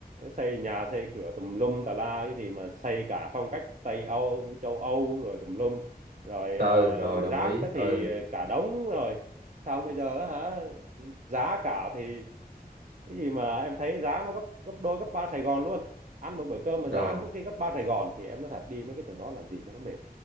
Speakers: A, on the right; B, on the right.
A: xây nhà xây cửa tùm lum tà la cái gì mà xây cả phong cách Tây Âu châu Âu rồi tùm lum rồi
B: ừ
A: ờ,
B: rồi
A: rác
B: đồng ý
A: á thì
B: ừ
A: cả đống rồi xong bây giờ á hả giá cả thì cái gì mà em thấy giá nó gấp gấp đôi gấp ba Sài Gòn luôn ăn một bữa cơm mà giá
B: rồi
A: có khi gấp ba Sài Gòn thì em nói thật đi mấy cái chỗ đó làm gì cho nó mệt